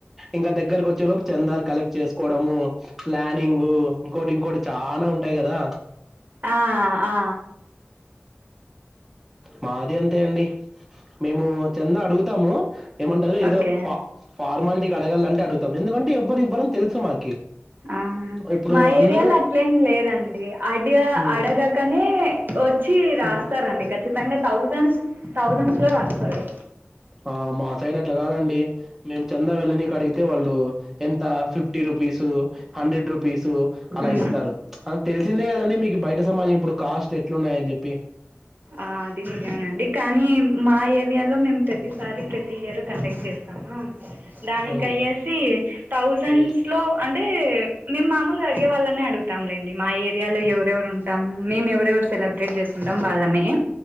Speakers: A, in the centre; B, on the right.
A: ఇంకా దగ్గరకు వచ్చే లోపు చందాలు కలెక్ట్ చేసుకోవడము ప్లానింగ్ ఇంకోటి ఇంకోటి చాల ఉంటాయి కదా
B: ఆ ఆ
A: మాది అంతే అండి మేము చెంద అడుగుతాము ఏమంటారు ఏదో
B: ఓకే
A: ఫ ఫార్మాలిటీకి అడగాలంటే అడుగుతాం ఎందుకంటే ఎవ్వరు ఇవ్వరని తెలుసు మాకి
B: ఆహా
A: ఇప్పుడు
B: మా
A: అందరూ
B: ఏరియాలో అట్లేం లేదండి అడ
A: హ్మ్.
B: అడగాకనే వచ్చి రాస్తారండి
A: హ్మ్.
B: <unintelligible> థౌజండ్స్ థౌజండ్స్ లో రాస్తాడు
A: ఆ మా సైడ్ అట్లా కాదండి మేము చంద వెళ్ళనికి అడిగితే వాళ్ళు ఎంత ఫిఫ్టీ రుపీసు హండ్రెడ్ రుపీసు అల
B: ఉహు.
A: ఇస్తారు అ తెలిసిందే కదండి మీకు బయట సమాజం ఇప్పుడు కాస్ట్ ఎట్లున్నాయని చెప్పి
B: ఆ అది నిజమేనండి కానీ మా ఏరియాలో మేము ప్రతిసారి ప్రతి ఇయర్ కండక్ట్ చేస్ దానికి
A: అవునులే
B: అయ్యేసి థౌజండ్స్
A: ఉమ్.
B: లో అంటే మేము మాముూలుగా అడిగే వాళ్ళనే అడుగుాంలేండి మా ఏరియాలో ఎవరెవరు ఉంటాం మేము ఎవరెవరు సెలబ్రేట్ చేస్తుంటాం వాలమే